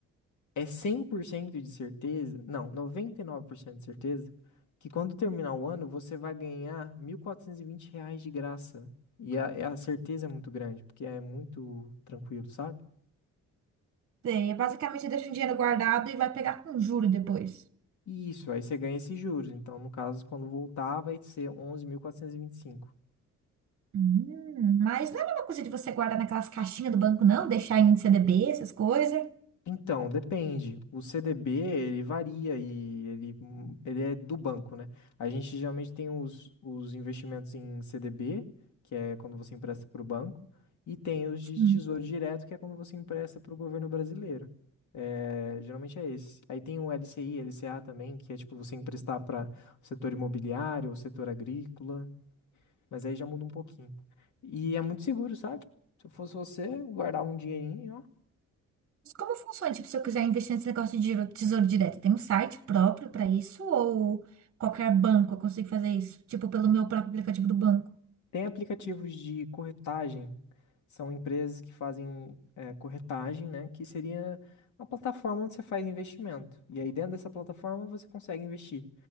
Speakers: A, on the left; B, on the right.
A: É 100% de certeza, não, 99% de certeza, que quando terminar o ano, você vai ganhar 1.420 reais de graça. E a, a certeza é muito grande, porque é muito tranquilo, sabe?
B: Sei, é basicamente deixa um dinheiro guardado e vai pegar com juro depois.
A: Isso, aí você ganha esses juros. Então, no caso, quando voltar, vai ser onze mil quatrocentos e e vinte e cinco
B: Hum, mas não é a mesma coisa de você guardar naquelas caixinhas do banco, não? Deixar em CDB, essas coisas.
A: Então, depende. O CDB, ele varia e ele, ele é do banco, né? A gente geralmente tem os, os investimentos em CDB, que é quando você empresta para o banco, e tem os
B: Sim.
A: de Tesouro Direto, que é quando você empresta para o governo brasileiro. É, geralmente é esse. Aí tem o LCI, LCA também, que é tipo você emprestar para o setor imobiliário, o setor agrícola. Mas aí já muda um pouquinho. E é muito seguro, sabe? Se eu fosse você, guardar um dinheirinho, ó.
B: Mas como funciona? Tipo, se eu quiser investir nesse negócio de giro- tesouro direto, tem um site próprio para isso? Ou qualquer banco eu consigo fazer isso? Tipo, pelo meu próprio aplicativo do banco?
A: Tem aplicativos de corretagem. São empresas que fazem é, corretagem, né? Que seria uma plataforma onde você faz investimento. E aí dentro dessa plataforma você consegue investir.